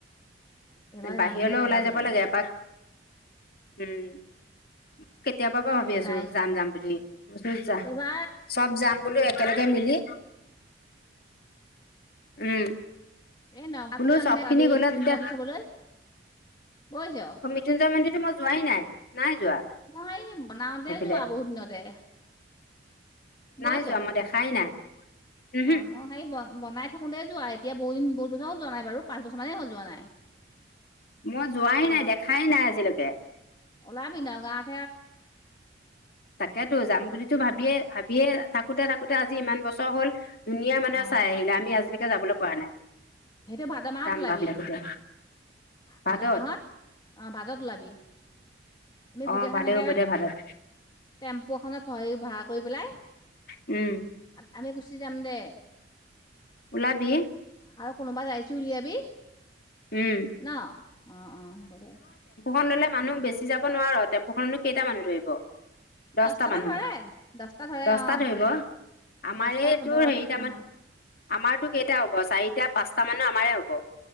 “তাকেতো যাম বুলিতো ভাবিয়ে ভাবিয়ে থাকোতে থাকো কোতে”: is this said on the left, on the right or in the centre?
Left